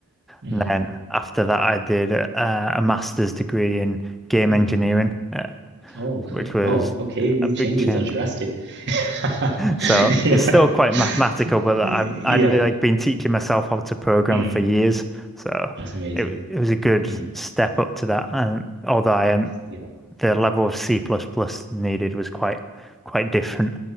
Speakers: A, on the right (about 55°); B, in the centre.
A: mm,
B: And then after that, I did uh, a master's degree in game
A: hmm
B: engineering, uh,
A: Oh, cool.
B: which was
A: Oh, okay. These
B: a big
A: changes
B: change.
A: are drastic.
B: <laughs>
A: <laughs>
B: So
A: Yeah.
B: it's
A: <laughs>
B: still quite mathematical, but I've
A: Yeah.
B: I'd li- like been teaching myself how to program
A: mm,
B: for years. So
A: That's amazing.
B: it wa- it was a good
A: mm,
B: step up to that. And although I hadn't
A: Yeah.
B: the level of C++ plus plus needed was quite quite different.